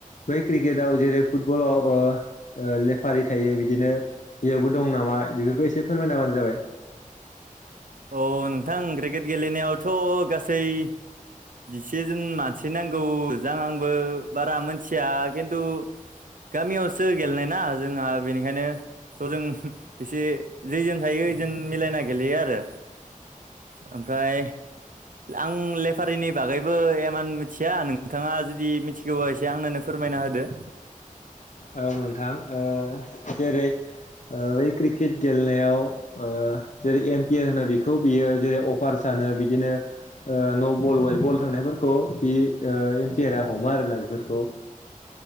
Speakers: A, on the left (about 60°); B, on the right (about 70°).
A: बै क्रिकेटआव जेरै फुटबलाव लेफारि थायो बिदिनो बेयावबो दं नामा बेफोरखौ एसे फोरमायनाबानो जाबाय।
B: औ नोंथां क्रिकेट गेलेनायावथ' गासै जिसे जन मानसि नांगौ जा आंबो बारा मोनथिया खिन्थु गामियावसो गेलेनाय ना जोंहा बेनिखायनो। स' जों एसे जेजों थायो ओइजोंनो मिलायना गेलेयो आरो। ओमफ्राय आं ले फारिनि बागैबो एमान मिथिया नोंथाङा जुदि मिथिगौबा एसे आंनोनो फोरमायना होदो। <inaudible>
A: औ नोंथां ओ जेरै ओ बै क्रिकेट गेलेनायाव ओ जेरै एम्पियार होनो बेखौ बियो जेरै अफार सान नो बिदिनो ओ न' बल अवाइट बल थांनाय खौ बि ओ इमपियारा हमो आरोना बेफोरखौ